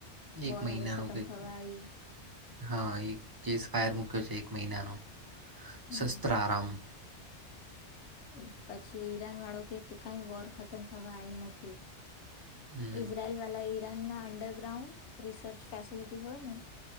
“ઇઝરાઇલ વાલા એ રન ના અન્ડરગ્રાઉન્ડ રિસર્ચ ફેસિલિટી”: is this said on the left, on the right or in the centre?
Left